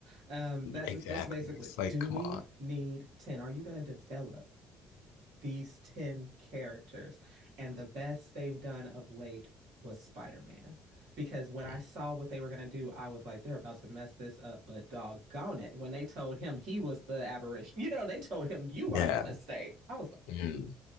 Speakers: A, on the right; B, on the left.
A: Um that's
B: exactly.
A: that's basically,
B: It's like,
A: do
B: come
A: we
B: on.
A: need 10? Are you going to develop these 10 characters? And the best they've done of late was Spider-Man. Because when
B: Mm,
A: I saw what they were going to do, I was like, they're about to mess this up, but doggone it. When they told him he was the aberration, <laughs> you know, they told him you
B: Yeah.
A: are the mistake. I was
B: Mhm.